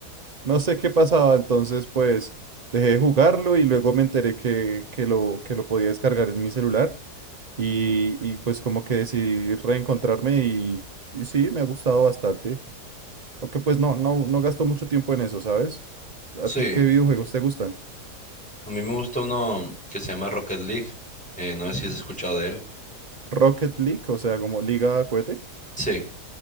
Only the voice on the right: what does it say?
no sé qué pasaba, entonces pues dejé de jugarlo y luego me enteré que, que lo, que lo podía descargar en mi celular y, y pues como que decidí reencontrarme y, y sí, me ha gustado bastante. Aunque pues no, no, no gasto mucho tiempo en eso, ¿sabes? ¿A
ti qué videojuegos te gustan?
Rocket League, o sea, como Liga Cohete.